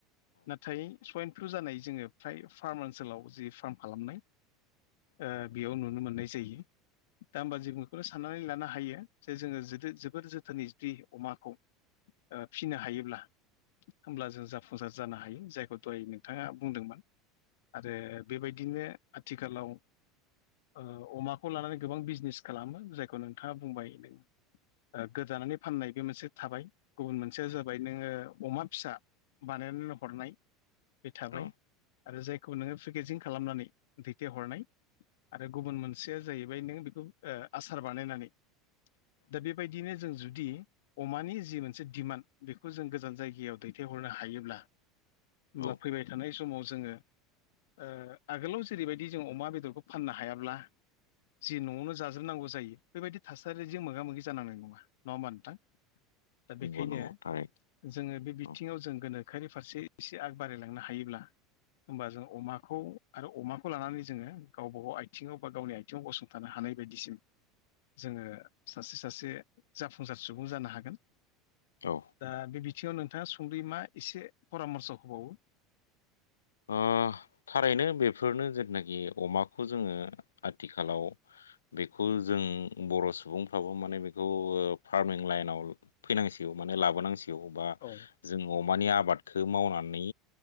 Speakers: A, on the left; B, on the left.
A: नाथाय सयन जानाय जोङो फ्राय फार्म ओनसोलाव जि फार्म खालामनाय ओ बेयाव नुनो मोननाय। जायो दा होमबा जिकुनु साननानै ला। ना हायो जे जोङो जोबोर जोथोनै जुदि अमाखौ। ओ फिनो हायोब्ला। होमब्ला जों जाफुंसार जानो हायो जायखौ दहै नोंथाङा बुंदोंमोन। आरो बेबायदिनो आथिखालाव ओ। अमाखौ लानानै गोबां बिजनेस खालामो जायखौ नोंथाङा बुंबाय नों। गोदानानै फाननाय बे मोनसे थाबाय गुबुन मोनसेया जाबाय नोङो अमा फिसा। बानायनानै हरनाय बे थाबाय
B: औ
A: आरो जायखौ नोङो पेकेजिं खालामनानै दैथायहरनाय आरो गुबुन मोनसेया जाहैबाय नों बेखौ ओ आसार बानायनानै दा बेबायदिनो जों जुदि अमानि जि मोनसे दिमान्ड बेखौ जों गोजान जायगायाव दैथायहरनो हायोब्ला होमब्ला
B: औ
A: फैबाय थानाय समाव जोङो ओ आगोलाव जेरैबायदि जों अमा बेदरखौ फाननो हायाब्ला जि न'आवनो जाजोबनांगौ जायो। बेबायदि थासारिजों मोगा मोगि जानांनाय नङा। नङा होमबा नोंथां? दा बेखायनो
B: नंगौ नंगौ थारै
A: जोङो बे बिथिङाव
B: औ
A: जों गोनोख। खारि फारसे एसे आग बारायलांनो हायोब्ला। होमबा जों अमाखौ आरो अमाखौ लानानै जोङो गावबागाव आथिङाव बा गावनि आथि आथिं गसंथानो हानाय बायदिसिम। जोङो सासे सासे जाफुंसार सुबुं जानो हागोन।
B: औ
A: दा बे आथिङयाव नोंथाङा सुंद्रि मा एसे परामर्स होबावो।
B: ओ थारैनो बेफोरनो जेथनाखि अमाखौ जोङो आथिखालाव बेखौ जों बर' सुबुंफ्राबो माने बेखौ ओ फार्मिं लाइनाव फैनांसिगौ माने लाबोनांसि गेव बा
A: औ
B: जों अमानि आबादखो मावनानै